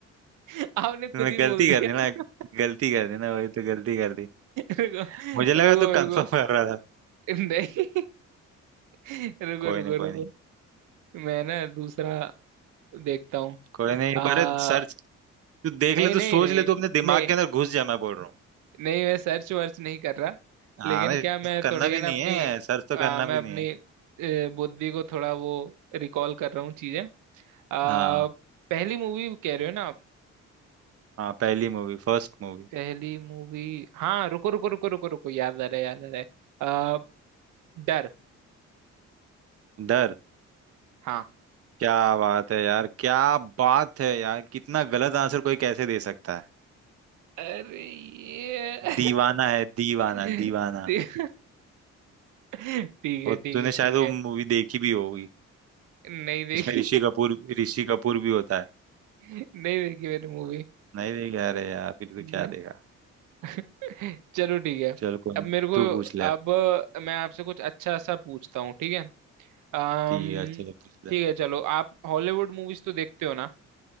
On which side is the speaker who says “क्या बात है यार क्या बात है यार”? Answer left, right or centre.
Right